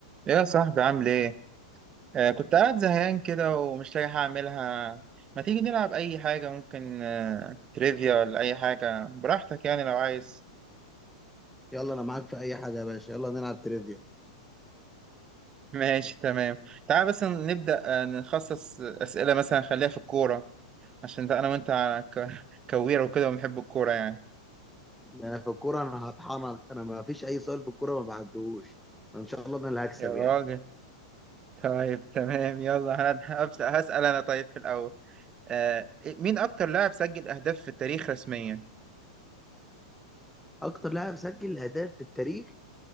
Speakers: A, on the right; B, in the centre.
A: يا صاحبي عامل ايه؟ آه كنت قاعد زهقان كده ومش لاقي حاجة أعملها ما تيجي نلعب أي حاجة ممكن آه تريفيا ولا أي حاجة براحتك يعني لو عايز
B: يلا انا معاك في اي حاجه يا باشا يلا نلعب تريفيا
A: <laughs> ماشي تمام تعال بس نبدأ آه نخصص أسئلة مثلا خليها في الكورة عشان ده أنا وأنت ك- <laughs> كويرة وكده وبنحب الكورة يعني
B: انا في الكوره انا هطحنك انا ما فيش اي سؤال في الكوره ما بعدهوش ان شاء الله انا اللي هكسب
A: يا راجل
B: يعني
A: طيب تمام يلا أنا هبدأ هسأل أنا طيب في الأول آه مين أكتر لاعب سجل أهداف في التاريخ رسميا؟
B: اكتر لاعب سجل اهداف في التاريخ